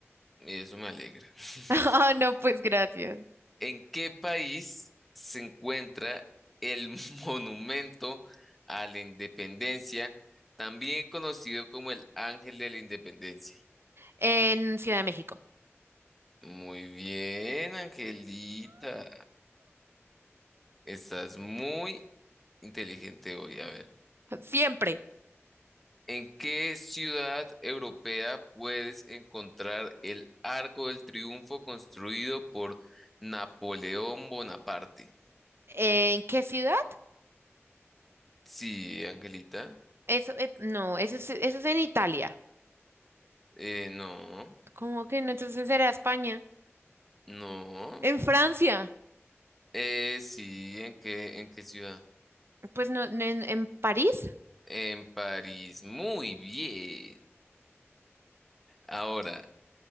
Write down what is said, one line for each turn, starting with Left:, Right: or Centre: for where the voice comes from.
Centre: y eso me alegra. <laughs>
Right: Ah, no, pues gracias.
Centre: ¿En qué país se encuentra el <laughs> Monumento a la Independencia, también conocido como el Ángel de la Independencia?
Right: En Ciudad de México.
Centre: Muy bien, Angelita. Estás muy inteligente hoy. A ver,
Right: Siempre.
Centre: ¿en qué ciudad europea puedes encontrar el Arco del Triunfo construido por Napoleón Bonaparte?
Right: ¿En qué ciudad?
Centre: Sí, Angelita.
Right: Eso, eh, no, eso es, eso es en Italia.
Centre: Eh, no,
Right: ¿Cómo que no? Entonces era España.
Centre: no.
Right: En Francia.
Centre: Eh, sí, ¿en qué, en qué ciudad?
Right: Pues no, no, en, en París.
Centre: En París. Muy bien. <laughs> Ahora,